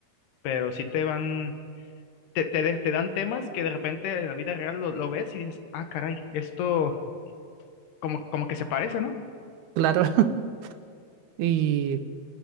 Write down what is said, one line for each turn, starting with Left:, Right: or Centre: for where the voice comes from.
Left: pero sí te van te, te, de- te dan temas que de repente en la vida real lo, lo ves y dices, ah, caray, esto como, como que se parece, ¿no?
Right: Claro. <laughs> ¿Y